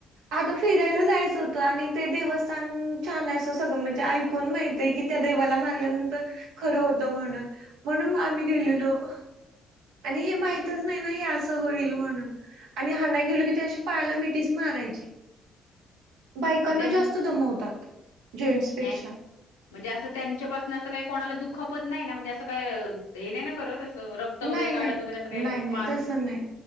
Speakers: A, on the right (about 65°); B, on the left (about 75°).
A: अगं फिरायला जायचं होतं आणि ते देवस्थान छान अस सगळं म्हणजे ऐकून माहितय की त्या देवाला मागल्यानंतर खरं होतं म्हणून, म्हणून आम्ही गेलेलो आणि हे माहितच नाही ना हे असं होईल म्हणून आणि हाणायला गेलो की त्याशी पायाला मिठीच माराय ची. बायकांना
B: पण त्यां
A: जास्त दमवतात जेंट्सपेक्षा.
B: त्यां- म्हणजे असं त्यांच्यापासून असं काही कोणाला दुःखपत नाही ना म्हणजे असं काय हे नाही करत. असं रक्त
A: नाही
B: वगैरे काढत
A: नाही,
B: वगैरे असं काय
A: नाही नाही
B: मार
A: तस नाही